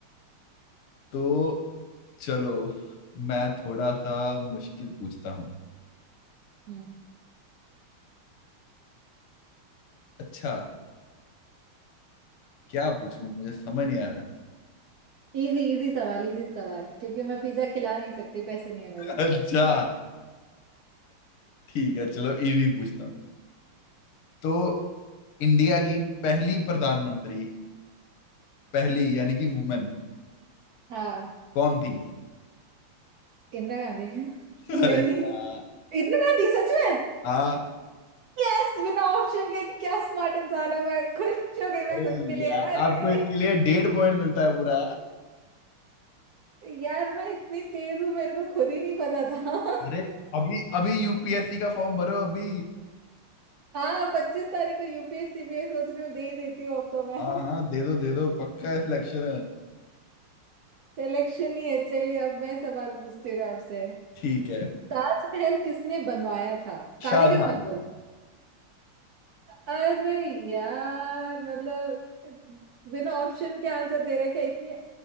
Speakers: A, on the left; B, on the right.
A: तो चलो मैं थोड़ा सा मुश्किल पूछता हूँ
B: हम्म
A: अच्छा क्या पूछूं मुझे समझ नहीं आ रहा
B: इजी इजी सवाल इजी सवाल क्योंकि मैं पिज्जा खिला नहीं सकती पैसे नहीं है
A: <laughs>
B: मेरे
A: अच्छा
B: पास
A: ठीक है चलो इजी पूछता हूँ तो इंडिया की पहली प्रधानमंत्री पहली यानी कि वुमेन
B: हाँ
A: कौन थी
B: इंदिरा गांधी <laughs>
A: <laughs>
B: नहीं
A: अरे यार
B: इंदिरा गांधी सच में
A: हाँ
B: यस बिना ऑप्शन के क्या स्मार्ट इंसान हूँ मैं खुश हो गई मैं
A: अरे
B: खुद के लिए
A: यार
B: अरे
A: आपको इसके लिए डेढ़ पॉइंट मिलता है पूरा
B: यार मैं इतनी तेज हूँ मेरे को खुद ही नहीं पता था
A: अरे अभी अभी यूपीएससी का फॉर्म भरो अभी
B: <laughs> हाँ पच्चीस तारीख को यूपीएससी बीए सोच रही हूँ दे ही देती हूँ अब तो मैं
A: हाँ हाँ दे दो दे दो पक्का है सिलेक्शन
B: सिलेक्शन ही है चलिए अब मैं सवाल पूछती हूँ आपसे
A: ठीक है
B: ताजमहल किसने बनवाया था कारीगर
A: शाहजहान
B: मत बोलो अरे यार मतलब बिना ऑप्शन के आंसर दे रहे हैं क्या इतनी